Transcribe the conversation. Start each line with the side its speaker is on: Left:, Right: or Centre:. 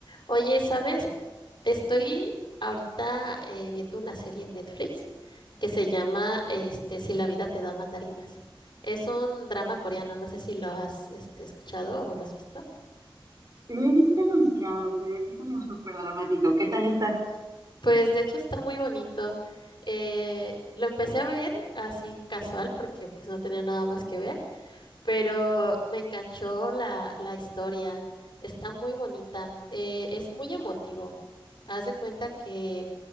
Left: Oye, ¿sabes? Estoy ahorita eh, viendo una serie en Netflix que se llama este, Si la vida te da mandarinas. Es un drama coreano, no sé si lo has este, escuchado o lo has visto.
Right: Lo he visto anunciado, se ve así como súper dramático. ¿Qué tal está?
Left: Pues de hecho está muy bonito. Eh, lo empecé a ver así casual porque pues no tenía nada más que ver, pero me enganchó la, la historia. Está muy bonita. eh, es muy emotivo. Haz de cuenta que